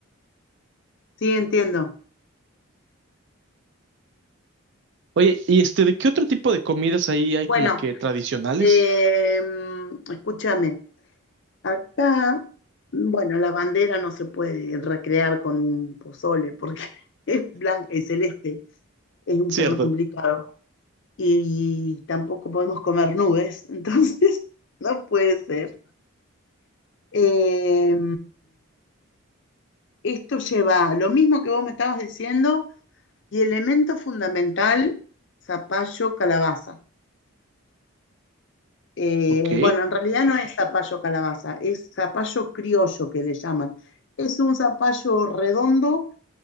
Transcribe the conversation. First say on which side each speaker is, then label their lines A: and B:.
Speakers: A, on the left (about 55°); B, on the right (about 55°).
A: sí, entiendo.
B: <laughs> Oye, ¿y este de qué otro tipo de comidas ahí hay
A: Bueno,
B: como que tradicionales?
A: eh, escúchame, acá, bueno, la bandera no se puede recrear con un pozole porque <laughs> es blanca y celeste, es un
B: Cierto.
A: poco complicado. Y tampoco podemos comer nubes, <laughs> entonces no puede ser. Eh, esto lleva lo mismo que vos me estabas diciendo Y elemento fundamental, zapallo calabaza. Eh,
B: Ok,
A: bueno, en realidad no es zapallo calabaza, es zapallo criollo que le llaman. Es un zapallo redondo